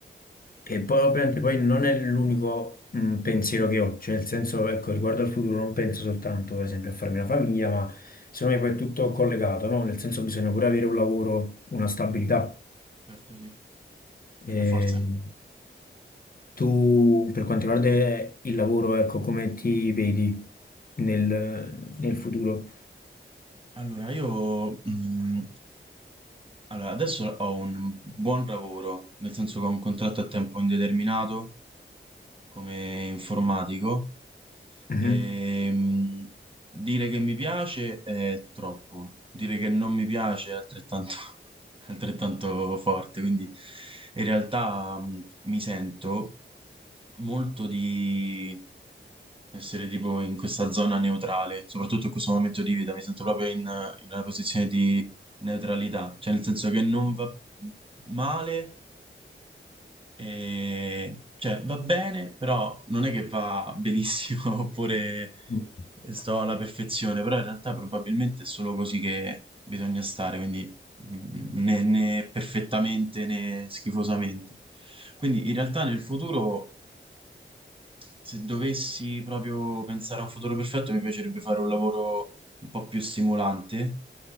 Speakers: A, on the left; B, on the right.
A: E poi ovviamente poi non è l'unico mm, pensiero che ho, cioè nel senso ecco riguardo al futuro non penso soltanto per esempio a farmi una famiglia ma secondo me poi è tutto collegato, no? Nel senso bisogna pure avere un lavoro, una stabilità.
B: Certo sì,
A: Eh,
B: E per forza.
A: tu, per quanto riguarda il lavoro, ecco, come ti vedi nel, nel futuro?
B: Allora, io mh, allora, adesso ho un buon lavoro, nel senso che ho un contratto a tempo indeterminato come informatico
A: Mhm.
B: e mh, dire che mi piace è troppo, dire che non mi piace è altrettanto, <laughs> altrettanto forte, quindi in realtà mh, mi sento molto di essere tipo in questa zona neutrale, soprattutto in questo momento di vita, mi sento proprio in, in una posizione di neutralità, cioè nel senso che non va male, e, cioè, va bene, però non è che va benissimo <laughs> oppure
A: Mm.
B: sto alla perfezione, però in realtà probabilmente è solo così che bisogna stare, quindi mm, né, né perfettamente né schifosamente. Quindi in realtà nel futuro, se dovessi proprio pensare a un futuro perfetto, mi piacerebbe fare un lavoro un po' più stimolante,